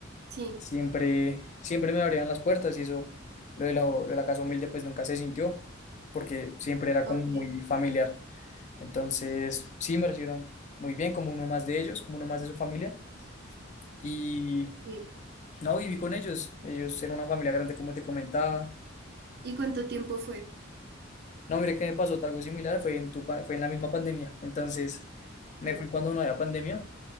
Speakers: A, on the right; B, on the left.
A: Sí,
B: siempre, siempre me abrían las puertas y eso, lo de la, lo de la casa humilde pues nunca se sintió porque siempre era
A: ok,
B: como muy familiar. Entonces, sí, me recibieron muy bien, como uno más de ellos, como uno más de su familia. Y
A: sí.
B: no, viví con ellos. Ellos eran una familia grande, como te comentaba.
A: ¿Y cuánto tiempo fue?
B: No, mira que me pasó algo similar, fue en, tu, pa- fue en la misma pandemia. Entonces, me
A: Sí,
B: fui cuando no había pandemia,